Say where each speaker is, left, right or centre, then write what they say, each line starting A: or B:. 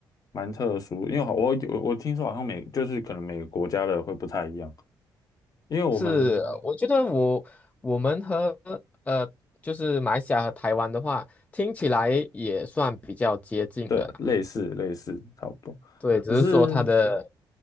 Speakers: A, on the left (about 45°); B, on the left (about 15°).
A: 蛮特殊，因为好我有我听说好像每就是可能每个国家的会不太一样，因为我们
B: 是，我觉得我我们和呃，就是马来西亚和台湾的话，听起来也算比较接近了啦。
A: 对类似类似差不多，
B: 对，只是说它的
A: 只是